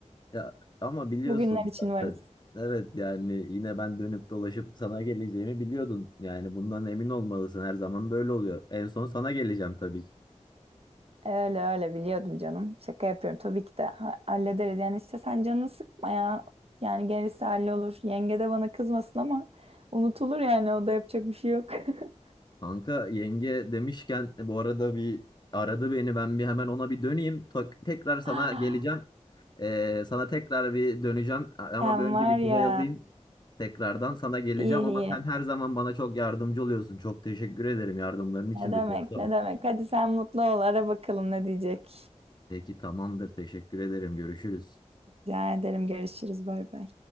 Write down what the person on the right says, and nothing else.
Bugünler için
varız.
Öyle öyle biliyordum canım. Şaka yapıyorum tabii ki de ha- hallederiz. Yani işte sen canını sıkma ya. Yani gerisi hallolur. Yenge de bana kızmasın ama unutulur yani o da yapacak bir şey yok. <laughs>
Ah,
Sen
var
ya.
İyi
iyi.
Ne demek
ne
demek. Hadi sen mutlu ol. Ara bakalım ne diyecek.
Rica ederim. Görüşürüz. Bay bay.